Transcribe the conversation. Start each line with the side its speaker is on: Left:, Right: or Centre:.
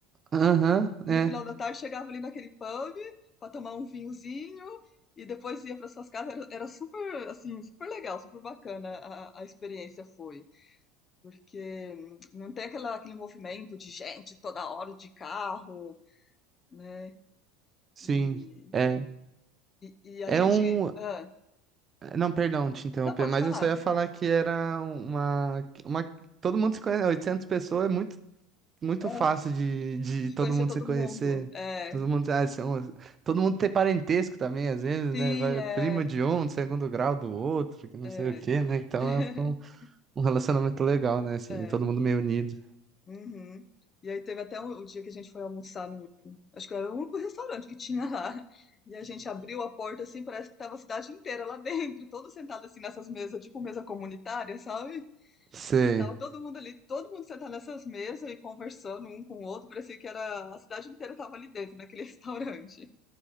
Right: Aham,
Left: no
Right: é.
Left: final da tarde, chegava ali naquele pub para tomar um vinhozinho e depois ia para suas casas. Era, era super, assim, super legal, super bacana a, a experiência foi. porque hum, não tem aquela, aquele movimento de gente toda hora de carro, né?
Right: Sim.
Left: E,
Right: É.
Left: e, e a
Right: É
Left: gente.
Right: um.
Left: ah,
Right: Não, perdão te interromper,
Left: não pode
Right: mas
Left: falar,
Right: eu só ia falar que era uma. uma... Todo mundo se conhece, 800 pessoas é muito muito
Left: ah,
Right: fácil de, de
Left: de
Right: todo
Left: conhecer
Right: mundo
Left: todo
Right: se conhecer.
Left: mundo. É,
Right: Todo mundo, ah, são- todo mundo ter parentesco também, às vezes,
Left: sim,
Right: né? Vai,
Left: é,
Right: prima de um, do segundo grau do outro, que não
Left: é,
Right: sei o quê, né? Então
Left: <laughs>
Right: é um, um relacionamento legal, né? Assim,
Left: é,
Right: todo mundo meio unido.
Left: uhum. E aí teve até um, o dia que a gente foi almoçar num. Acho que era o único restaurante que tinha lá. E a gente abriu a porta assim, parece que tava a cidade inteira lá dentro, todos sentados assim nessas mesas, tipo mesa comunitária, sabe?
Right: Sei,
Left: E tava todo mundo ali, todo mundo sentado nessas mesas e conversando um com o outro, parecia que era a cidade inteira tava ali dentro, naquele <laughs> restaurante.